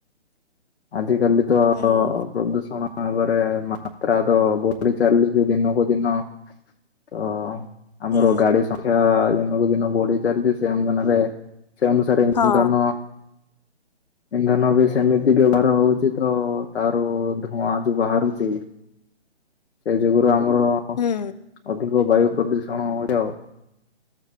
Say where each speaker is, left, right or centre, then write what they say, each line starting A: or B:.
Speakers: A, on the left (about 75°); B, on the left (about 40°).
A: ଆଜି କାଲି ତ
B: ହୁଁ
A: ଅ ପ୍ରଦୂଷଣ ତାପରେ ମାତ୍ରା ତ ବଢି ଚାଲିଚି ଦିନକୁ ଦିନ ତ ଆମର
B: ହୁଁ
A: ଗାଡି ସଂଖ୍ୟା ଦିନକୁ ଦିନ ବଢି ଚାଲିଚି ସେ ଅନୁଧାନରେ ସେ ଅନୁସାରେ ଇନ୍ଧନ
B: ହଁ
A: ଇନ୍ଧନ ବି ସେମି ତି ବ୍ୟବହାର ହଉଚି ତ ତାରୁ ଧୂଆଁ ଯୋଉ ବାହାରୁଚି ସେ ଜୁଗୁରୁ ଆମର
B: ହୁଁ
A: ଅଧିକ ବାୟୁ ପ୍ରଦୂଷଣ ହଉଚି ଆଉ।